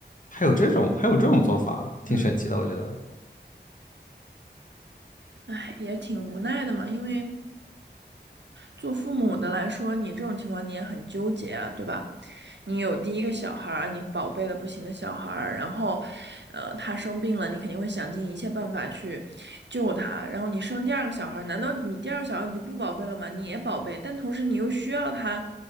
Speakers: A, on the left; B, on the right.
A: 还有这种还有这种做法啊，挺神奇的，
B: 嗯。
A: 我觉得。
B: 唉，也挺无奈的嘛，因为做父母的来说，你这种情况你也很纠结啊，对吧？你有第一个小孩儿，你宝贝的不行的小孩儿，然后，呃，他生病了，你肯定会想尽一切办法去救他。然后你生第二个小孩儿，难道你第二个小孩儿你就不宝贝了吗？你也宝贝，但同时你又需要他